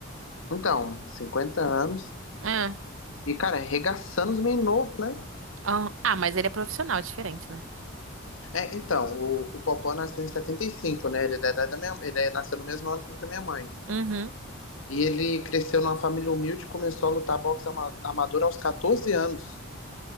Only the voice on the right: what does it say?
É.
Ah, ah, mas ele é profissional, é diferente, né?
Uhum.